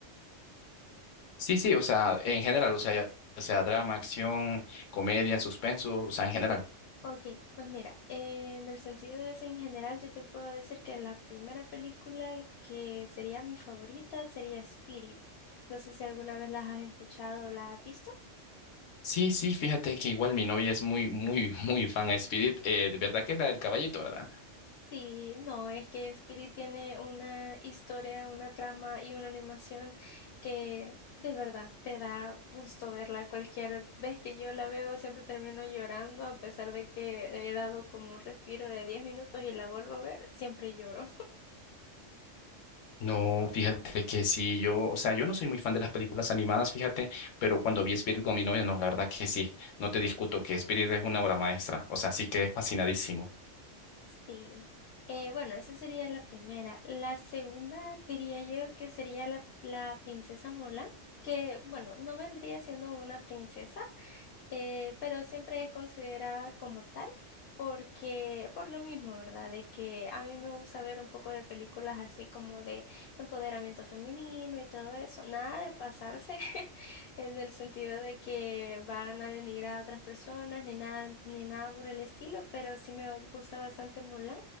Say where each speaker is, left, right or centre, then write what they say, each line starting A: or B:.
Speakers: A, on the left; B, on the left.
A: Sí, sí, o sea, en general, o sea, ya sea drama, acción, comedia, suspenso, o sea, en general.
B: Ok, pues mira, eh, en el sentido de eso en general, yo te puedo decir que la primera película que sería mi favorita sería Spirit. No sé si alguna vez las has escuchado o las has visto.
A: Sí, sí, fíjate que igual mi novia es muy, muy, <laughs> muy fan a Spirit, eh, de verdad que es la del caballito, ¿verdad?
B: Sí, no, es que Spirit tiene una historia, una trama y una animación que de verdad te da gusto verla. Cualquier vez que yo la veo siempre termino llorando, a pesar de que le he dado como un respiro de 10 minutos y la vuelvo a ver, siempre lloro.
A: No, fíjate que sí, yo, o sea, yo no soy muy fan de las películas animadas, fíjate, pero cuando vi Spirit con mi novia, no, la verdad que sí, no te discuto que Spirit es una obra maestra, o sea, sí que es fascinadísimo.
B: Sí. Eh, bueno, esa sería la primera. La segunda diría yo que sería la, la princesa Mulan, que bueno, no vendría siendo una princesa, eh, pero siempre es considerada como tal, porque por lo mismo, ¿verdad? De que a mí me gusta ver un poco de películas así como de empoderamiento femenino y todo eso, nada de pasarse, <laughs> en el sentido de que van a denigrar a otras personas, ni nada, ni nada por el estilo, pero sí me gusta bastante Mulan